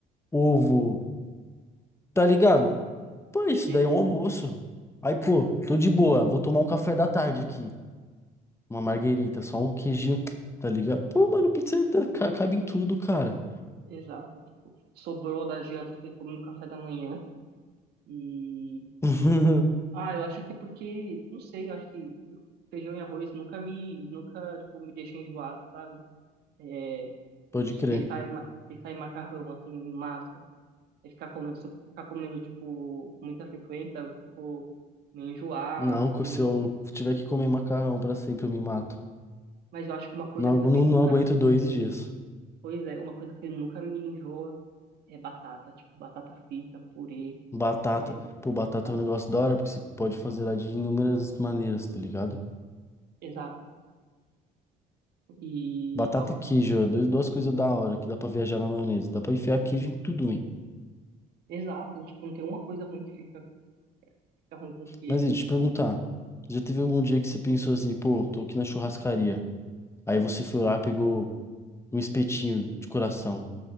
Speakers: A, on the left (about 15°); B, on the right (about 70°).
A: ovo, tá ligado? Pô, isso
B: sim,
A: daí é um almoço. Aí, pô, tô de boa, vou tomar um café da tarde aqui. Uma marguerita, só um queijinho, tá ligado? Pô, mano, pizza tá- ca- cabe em tudo, cara.
B: exato. Tipo, sobrou da janta, você come no café da manhã. E
A: <laughs>
B: ah, eu acho que é porque, não sei, eu acho que feijão e arroz nunca me nunca tipo me deixa enjoado, sabe? É, tipo,
A: Pode
B: se
A: crer.
B: pensar em, ma- pensar em macarrão assim, em massa, e ficar comendo, se eu ficar comendo tipo com muita frequência, eu fico meio enjoado,
A: Não, co-
B: assim.
A: se eu tiver que comer macarrão pra sempre, eu me mato.
B: Mas eu acho que uma coisa
A: Não,
B: que
A: agu-
B: também
A: não,
B: nunca,
A: não aguento dois dias.
B: pois é, uma coisa que nunca me enjoa é batata, tipo batata frita, purê,
A: Batata.
B: é,
A: Pô, batata
B: ba-
A: é um negócio da hora, porque você pode fazer ela de inúmeras maneiras, tá ligado?
B: exato. E
A: Batata
B: nossa,
A: e queijo, ó, dois- duas coisas da hora que dá pra viajar na maionese. Dá pra enfiar queijo em tudo, man.
B: exato, tipo, não tem uma coisa ruim que fica fica ruim com queijo.
A: Mas e, deixa eu te perguntar, já teve algum dia que você pensou assim, pô, tô aqui na churrascaria. Aí você foi lá, pegou um espetinho de coração.